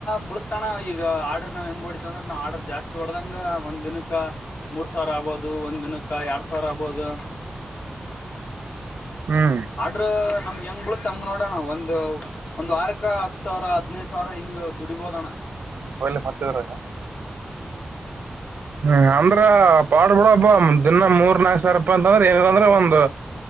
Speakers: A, on the left (about 70°); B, on the right (about 80°).
A: ಬಳತಣ ಈಗ ಆರ್ಡ್ರ ನಾವ್ ಹೆಂಗ್ ಹೊಡಿತ ಅಂದ್ರ ನಾ ಆರ್ಡರ್ ಜಾಸ್ತಿ ಹೊಓಡ್ದಂಗ ಒಂದ್ ದಿನಕ್ಕ ಮೂರ್ ಸಾವಿರ ಆಗ್ಬೋದು ಒಂದ್ ದಿನಕ್ಕ ಎರಡ್ ಸಾವಿರ ಆಬೋದು
B: ಹ್ಮ್
A: ಅಡ್ರ ನಮ್ಗೆ ಹೆಂಗ್ ಬಳುತ್ತತ್ ಹಂಗ್ ನೋಡೋಣ ಒಂದು್ ಒಂದು್ ಅಾರಕ ಹತ್ ಸಾವಿರ ಹದ್ನೈದು ಸಾವಿರ ಹಿಂಗ್ ದುಡಿಬೋದಣ್ಣ
B: ಹ್ಮ ತೊಯಿಲ್ ಮತ್ತ ಇ ಹ್ಮ ಅಂದ್ರ ಪಾಡ್ ಬಿಡಬ್ಬ ದಿನ ಮೂರ್ ನಾಕ ಸಾವರಪ್ಪ ಅಂತ ಅಂದ್ರ ಏನದ ಅಂದ್ರೆ ಒಂದು